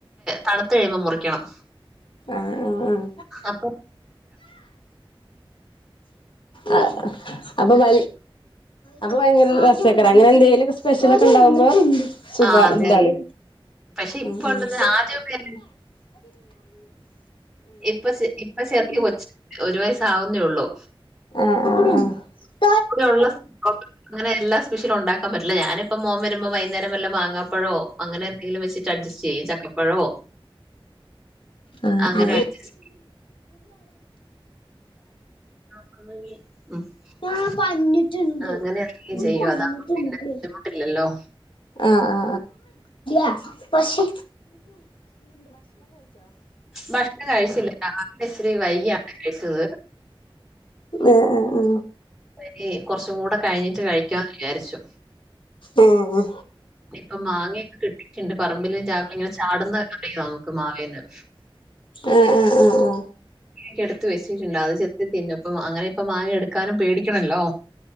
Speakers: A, in the centre; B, on the left.
A: തണ്ത്തഴിമ്പോ മുറിക്കണം
B: ആഹ്
A: അപ്പൊ
B: ആ അപ്പൊ വ അത് ഭയങ്കര രസക്കാരം അങ്ങനെ എന്തേലൊക്കെ സ്പെഷ്യലക്കെണ്ടാവുമ്പോ സുഖന്താലു
A: ആ അതെ അതെ പക്ഷെ ഇപ്പൊ
B: ഉം ഉം
A: ഉണ്ടെന്ന് ആദ്യമൊക്കെ ഇപ്പച്ച് ഇപ്പ ചെറിയ
B: ഉം ഉം
A: കൊച്ച് ഒരു വയസാവുന്നോള്ളു
B: ആ ആ ആ
A: ഒള്ള അങ്ങനെ എല്ലാ സ്പെഷ്യലൊണ്ടാക്കാൻ പറ്റില്ല ഞാനിപ്പ മോൻ വരുമ്പോ വൈകുന്നേരം വല്ല വാങ്ങാ പ്പഴോ അങ്ങനെ എന്തെലും വെച്ചിട്ട് അഡ്ജസ്റ്റ് ചെയ്യും ചക്കപ്പഴോ
B: അ
A: അങ്ങനെ
B: അ
A: അഡ്ജസ്റ്റ് <inaudible>
B: ആ പറഞ്ഞിട്ടിണ്ട്
A: അങ്ങനെ എന്തെങ്കിലും ചെയ്യും.
B: പറഞ്ഞിട്ടിണ്ട്
A: അതാവുമ്പോ പിന്നെ ബുദ്ധിമുട്ടില്ലല്ലോ.
B: ആ ആ ആ പശേ
A: ഭക്ഷണം കഴിച്ചില്ലേ അങ്ങന ഇച്ചരി വൈകിയാണ് കഴിച്ചത്
B: ആ ആ ആ
A: രി കൊർച്ചുങ്ങൂടെ കഴിഞ്ഞിട്ട് കഴിക്കാന്ന് വിചാരിച്ചു
B: ആഹ് ആഹ് ആഹ്
A: ഇപ്പ മാങ്ങയെക്കെ കിട്ടിയിട്ടിണ്ട് പറമ്പില് രാവിലെ ങ്ങനെ ചാടുന്ന അറിയോ നമുക്ക് മാവേന്ന്
B: ആ ആ ആ ആ
A: അ എടുത്ത് വെച്ചിട്ടിണ്ട് അത് ചെത്തി തിന്നു അപ്പ അങ്ങനെ പ്പ മാങ്ങ എടുക്കാനും പേടിക്കണല്ലോ